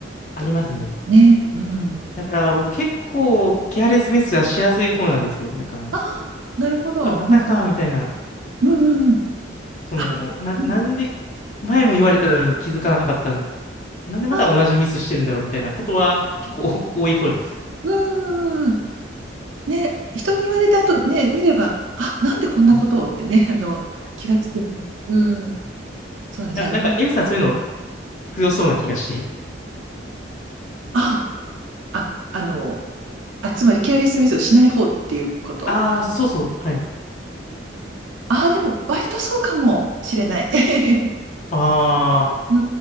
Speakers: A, on the right (about 80°); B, on the left (about 40°).
A: と、
B: ありますね。
A: ね、うん。
B: だから僕結構ケアレスミスはしやすい方なんですよ。なんかあの、
A: ああ、なるほど。
B: わまたか、
A: うん
B: みたいな、
A: うん。うんうんうん。
B: その、
A: あ、
B: な、
A: うん。
B: なんで、前も言われたのに気づかなかったん、なんでまた同じミスしてるんだろう、
A: あ、
B: みたいなことは結構お多い方です。
A: うんうんうん。ね、人に言われた後ね、
B: は
A: 見れば、あ、なんでこんなことをってね、
B: いはいい
A: <laughs> あの、気がつく。うん。そうね、じゃあ、
B: や、
A: 今
B: なんか、エミさんそういうの強そうな気がして。
A: ああ、あ、あの、あ、つまりケアレスミスをしない方っていうこと
B: ああ、そうそう、はい。
A: ああ、でも割とそうかもしれない。<laughs>
B: ああ、
A: う